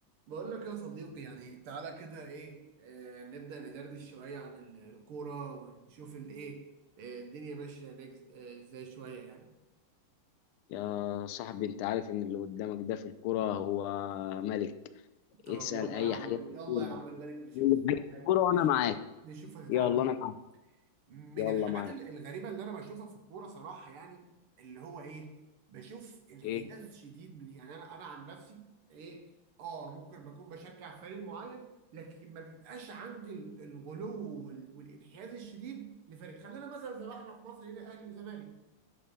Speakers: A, on the right (about 80°); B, on the left (about 80°).
A: بقول لك يا صديقي يعني تعالى كده ايه آه نبدأ ندردش شوية عن ال- الكورة ونشوف الايه آه الدنيا ماشية هناك ز- آه، ازاي شوية يعني
B: يا صاحبي انت عارف ان اللي قدامك ده في الكرة هو ملك
A: طب
B: اسأل
A: يلا
B: اي
A: يا عم
B: حاجة في
A: يلا
B: الكورة
A: يا عم الملك نشوف
B: اي حاجة في
A: هت-
B: الكورة وانا
A: نش-
B: معاك
A: نشوف هتتعامل
B: يلا
A: ازاي
B: انا معاك
A: من
B: يلا
A: الحاجات
B: معاك
A: ال- الغريبه اللي انا بشوفها في الكوره صراحه يعني اللي هو ايه بشوف انحياز
B: ايه
A: شديد من يعني انا انا عن نفسي ايه اه ممكن بكون بشجع فريق معين لكن ما بيبقاش عندي ال- الغلو وال- والانحياز الشديد لفريق خلينا مثلا زي ما احنا في مصر هنا اهلي وزمالك